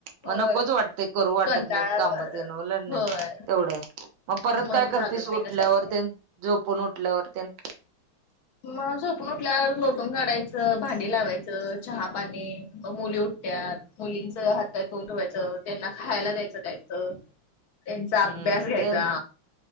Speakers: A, on the right; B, on the left.
A: मग
B: होय
A: नकोच वाटते करू वाटत
B: कंटाळा
A: नाहीत. काम तेल नाही
B: होय
A: तेवढं मग परत
B: मन
A: काय करतेसं
B: लागत नाही
A: उठल्यावर
B: कशाच
A: ते पण उठल्यावर तेन
B: मग झोपून उठल्यावर लोटून, काढायचं भांडी, लावायचं चहा, पाणी म मुली उठत्या. मुलींच हातात तोंड धुवायचं त्यांना खायला द्यायचं खायचं.
A: <inaudible>
B: त्यांचा
A: हम्म
B: अभ्यास घ्यायचा
A: ते